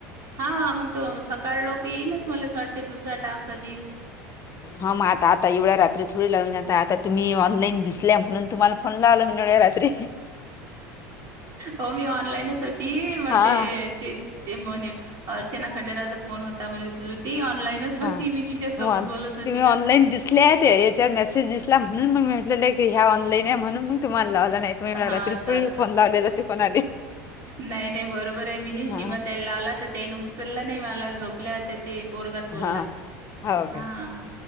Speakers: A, on the right; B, on the left.
A: हा मग तो सकाळ लोक येईनच मलाच वाटते दुसऱ्या टासक आधी
B: हां म आता आता एवढ्या रात्री थोडी लावीन आता तुम्ही ऑनलाईन दिसल्या म्हणून तुम्हाला. म्हणून लावलो मीन एवढ्या रात्री.
A: हो मी ऑनलाईनच होती म्हणजे
B: हां
A: ते ते म्हणे अर्चना खडेराचा फोन होता म्हणले सुरु ती ऑनलाईनच. होती
B: हां
A: मी तिच्यासोबत
B: मग
A: बोलत होती
B: तुम्ही
A: ना.
B: ऑनलाईन याच्यावर मेसेज दिसला म्हणून मी म्हटल ह्या ऑनलाईन आहे म्हणून मग तुम्हाला लावला. नाही तुम्ही एवढ्या
A: हा
B: रात्री
A: अस
B: थोडी
A: अस
B: फोन लावले जाते कोणाले
A: नाही नाही बरोबर आहे मी नई सीमा
B: हा
A: ताईला लावला तर त्यान उचललं नाही मला झोपल्या होत्या ते पोरगाच बोलला
B: हा हो काय
A: हा.